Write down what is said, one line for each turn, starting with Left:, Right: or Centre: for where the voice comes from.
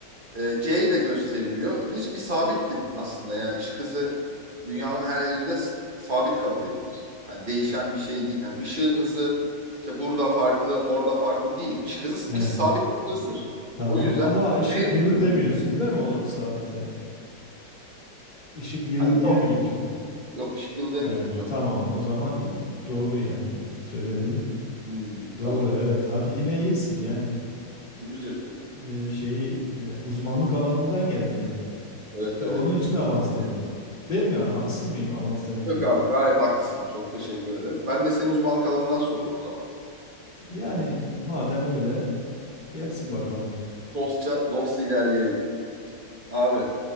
Right: e, C ile gösteriliyor. Onun için bir sabittir aslında. Yani ışık hızı dünyanın her yerinde s- sabit kabul edilir. Hani değişen bir şey değil. Hani ışığın hızı işte burada farklı, orada farklı değil. Işık hızı
Left: He,
Right: bir sabit bir hızdır.
Left: tamam.
Right: O yüzden
Left: Ama ışık
Right: D
Left: yılı
Right: ile
Left: demiyorsunuz
Right: buluyor.
Left: değil mi o sabite? Işık yılı
Right: Hani
Left: diye
Right: yok,
Left: mi geçiyor?
Right: yok ışık yılı demiyoruz
Left: He,
Right: yok.
Left: tamam. O zaman i- doğru yani. İf- Söyledin.
Right: Hmm,
Left: Doğru
Right: tamam.
Left: evet. Hadi yine iyisin yani.
Right: Ucuz yırttım.
Left: e, şey e, uzmanlık alanından geldi yani.
Right: Evet,
Left: İşte
Right: evet.
Left: onun için avans dedim. Değil mi? Haksız mıyım avans demekte?
Right: Yok abi gayet haklısın. Çok teşekkür ederim. Ben de senin uzmanlık alanından sorayım o zaman.
Left: Yani madem öyle gelsin bakalım.
Right: Dostça, dostça ilerleyelim. Abi